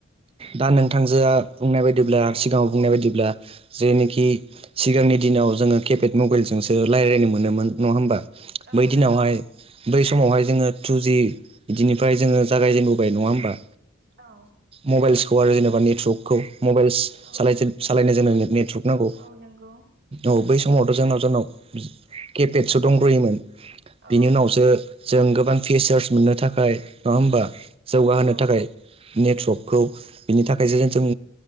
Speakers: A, on the right; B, on the right.
A: दा नोंथांजोआ बुंनाय बायदिब्ला
B: औ
A: सिगाङाव बुंनाय बायदिब्ला जेनोखि सिगांनि दिनाव जोङो केपेड मबाइलजोंसो रायलायनो मोनोमोन नङा होमबा
B: औ
A: बै दिनावहाय
B: नंगौ
A: बै समावहाय जोङो टु जि बिदिनिफ्राय जोङो जागायजेननो होबाय नङा होमबा
B: औ
A: मबाइल्सखौ आरो जेनेबा नेटवर्कखौ मबाइलस
B: औ
A: सालायजेन सालायनो जोंनो नेट नेटवर्क नांगौ
B: औ नंगौ
A: औ बै समावथ' जोंनाव जोंनाव केपेटसो दंग्रोयोमोन
B: औ
A: बिनि उनावसो जों गोबां फिचार्स मोननो थाखाय नङा होमबा जौगाहोनो
B: औ
A: थाखाय नेटवर्कखौ बिनि थाखायसो जोनथोम